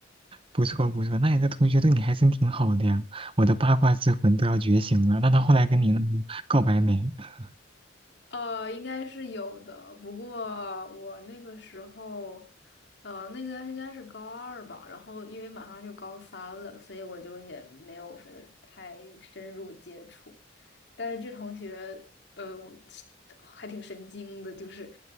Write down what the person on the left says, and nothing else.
呃，应该是有的，不过我那个时候，呃，那个应该是高二吧，然后因为马上就高三了，所以我就也没有说太深入接触。但是这同学，呃，我是还挺神经的，就是